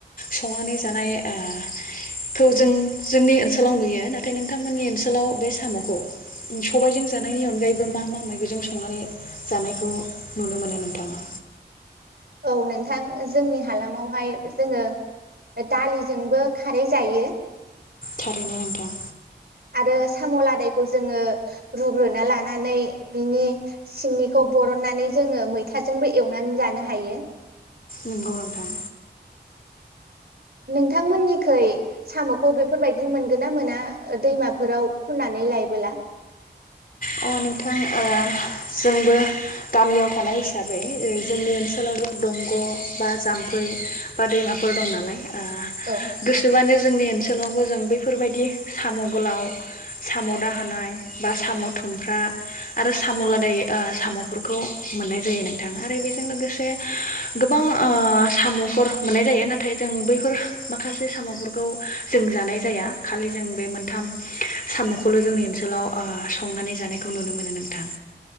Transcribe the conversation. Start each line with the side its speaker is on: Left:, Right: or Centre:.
Left: संनानै जानाय ओ खौ जों जोंनि ओनसोल सोलाव नुयो नाथाय नोंथांमोननि ओनसोलाव बे सामखौ सबायजों जानायनि अनगायैबो मा मा मैगंजों संनानै जानायखौ नुनो मोनो नोंथाङा?
Right: औ नोंथां जोंनि हालामावहाय जोङो दालिजोंबो खारै जायो।
Left: थारैनो नोंथां।
Right: आरो साम लादायखौ जोङो रुग्रोना लानानै बिनि सिंनिखौ बरननानै जोङो मैथाजोंबो एवनानै जानो हायो।
Left: नोंगौ नोंथां।
Right: नोंथांमोननिखै सामखौ बेफोरबायदि मोनगोन ना मोना दैमाफोराव खननानै लायबोला?
Left: अ नोंथां ओ जोंबो गामियाव थानाय हिसाबै जोंनि ओनसोलावबो दंग बा जाम्फै बा दैमाफोर दं नालाय ओ
Right: औ
Left: गोसोबानो जोंनि ओन सोलावबो जों बैफोर बायदि साम‌ गोलाव साम दाहोनाय बा साम थु खुमफ्रा आरो साम लादाय ओ सामफोरखौ मोननाय जायो नोंथां आरो बेजों लोगोसे गोबां ओ सामफोर मोननाय जायो नाथाय जों बैफोर माखासे सामफोर गौ जों जानाय जाया खालि जों बे मोनथाम सामखौल जोंनि ओनसोलाव आ संनानै जानायखौ नुनो मोनो नोंथां।